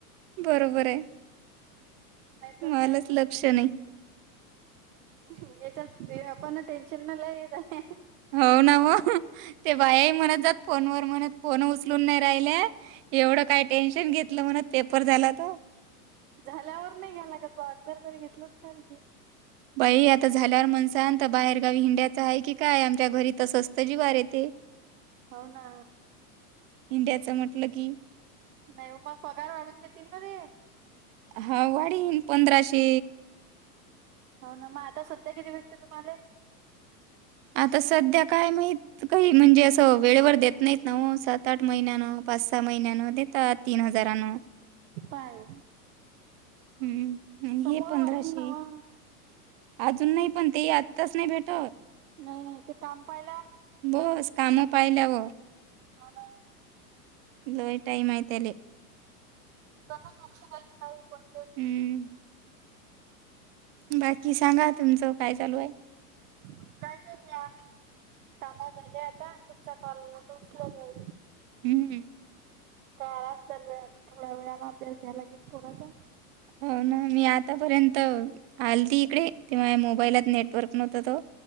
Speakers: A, on the right (about 40°); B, on the right (about 65°).
A: बरोबर आहे.
B: नाहीतर
A: मलाच
B: काय.
A: लक्ष नाही
B: ह याच्यात पन टेन्शन न लय येत.
A: हो ना हो ते बायाही म्हणत जात फोनवर म्हणत फोन उचलून नाही राहिल्या. एवढं काय टेन्शन घेतलं म्हणत पेपर झाला त.
B: झाल्यावर नाही घ्यायलागत बा आगोदर तरी घेतल चालते.
A: बाई आता झाल्यावर म्हणसाां बाहेरगावी हिंड्याच आहे की काय आमच्या घरी त असवस्त जिवार येते
B: होना
A: हीडियाचं म्हटलं की
B: नाही मग पप्पा काय वाढून देेत मध्ये
A: हा वाढन पंधराशे
B: हो ना मग आता सध्या किती भेटते तुम्हाला
A: आता सध्या काय माहत काही म्हणजे असं वेळेवर देत नाहीत नव सात. सात आठ महिन्यानं पाच सहा महिन्यानं ते तीन हजारांन.
B: पायमग.
A: हम्म हम
B: समोर
A: हे पंधराशे.
B: वाढीन नवा
A: आजून नाही पण तेही आत्ताच नाही भेटत.
B: नाही नाही ते काम पायला..
A: बस कामं पाहिल्याव..
B: हो ना.
A: लय टाईमहाय तेले.
B: तसंच लक्ष का घता आहे पण..
A: हम्म. बाकी सांगा तुमचं काय चालू आहे.
B: काय नाही या. काम धंदे आता तुमचा कॉल आला त उचलल....
A: हम्..
B: का आराम चालू आहे थोड्या वेळाने अभ्यास घ्यायला गेल पोराचा.
A: हो ना मी आतापर्यंत, आलती इकडे ते माया मोबाईलात नेटवर्क नव्हत त.